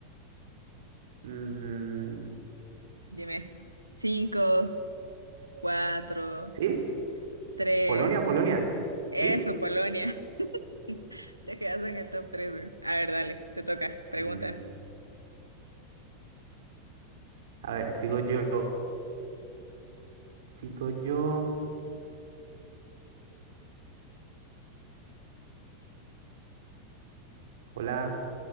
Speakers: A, on the right; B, on the right.
A: Mm,
B: Dime. Cinco, cuatro,
A: ¿sí?
B: tres.
A: Polonia, Polonia. <laughs>
B: Eso,
A: ¿Sí?
B: Polonia. <laughs> Te quedas en el top tres. A ver, dale, te toca. Pregunta.
A: Mm, a ver, sigo yo. Sigo yo. Hola,